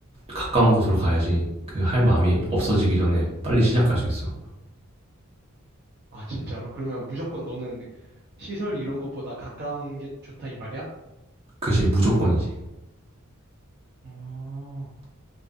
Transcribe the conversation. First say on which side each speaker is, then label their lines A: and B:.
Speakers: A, on the right (about 30°); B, on the right (about 50°).
A: 가까운 곳으로 가야지 그 할 마음이 없어지기 전에 빨리 시작할 수 있어.
B: 아, 진짜로? 그러면 무조건 너는 시설 이런 것보다 가까운 게 좋다 이 말이야?
A: 그지 무조건이지.
B: 어,